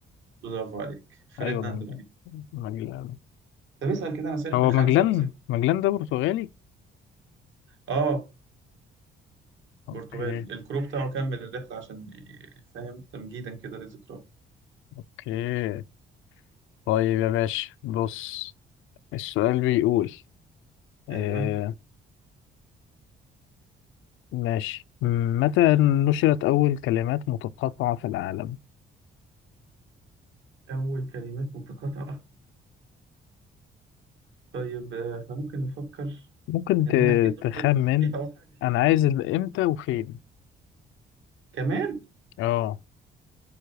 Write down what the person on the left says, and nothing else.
ايوه مجلان مجلان
هو
مجلان
مجلان ده برتغالي
اوكي
اوكي طيب يا باشا بص السؤال بيقول آه
ماشي متى نشرت أول كلمات متقاطعة في العالم؟
ممكن
ت-
تخمن
أنا عايز ال- إمتى وفين؟
اه